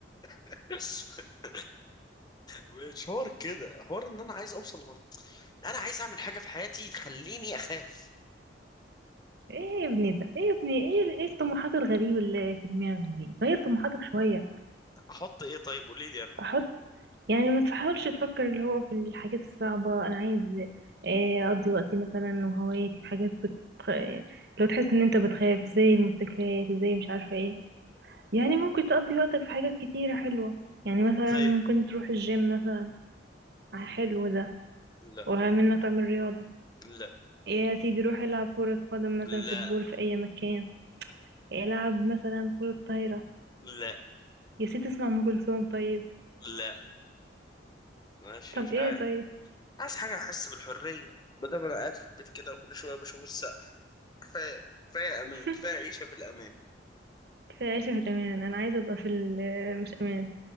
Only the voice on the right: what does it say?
ايه يا ابني ده ايه يا ابني ايه ايه الطموحات الغريبة اللي في دماغك دي غير طموحاتك شوية
احط يعني ما تحاولش تفكر اللي هو في الحاجات الصعبة أنا عايز آه، أقضي وقتي مثلا وهواياتي في حاجات بت... لو تحس إن أنت بتخاف زي الموتوسيكلات زي مش عارفة إيه يعني ممكن تقضي وقتك في حاجات كتيرة حلوة يعني مثلا
ممكن تروح الجيم مثلا آه، حلو ده
ومنه تعمل رياضة
إيه يا سيدي روح العب كرة قدم مثلا
فوتبول في أي مكان العب مثلا كرة طايرة
يا سيدي اسمع أم كلثوم طيب
طب
إيه
طيب
<laughs>
كفاية عيشة في الأمان أنا عايزة أبقى في ال- مش أمان